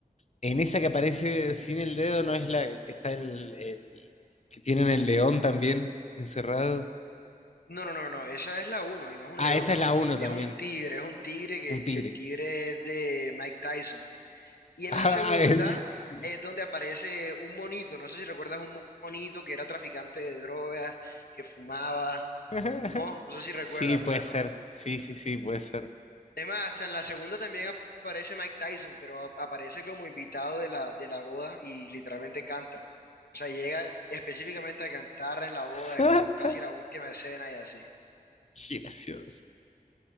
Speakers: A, on the left; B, on the left.
A: en esa que aparece sin el dedo, ¿no es la que está el, el- que tienen el león también encerrado?
B: No, no, no, no, no, esa es la uno y no es un
A: Ah,
B: león,
A: esa
B: es
A: es
B: un,
A: la uno
B: es
A: también,
B: un tigre, es un tigre que,
A: un tigre.
B: que el tigre es de Mike Tyson. Y
A: <laughs>
B: en
A: Ah,
B: la segunda
A: él, sí.
B: es donde aparece un monito, no sé si recuerdas un mo- monito que era traficante de drogas, que fumaba,
A: <laughs>
B: no, no sé si recuerdas,
A: Sí, puede
B: bueno.
A: ser. Sí, sí, sí, puede ser.
B: Es más, hasta en la segunda también aparece Mike Tyson, pero a- aparece como invitado de la, de la boda y literalmente canta. O sea, llega específicamente a cantar en la
A: <laughs>
B: boda, es como casi la última escena y así.
A: Qué gracioso.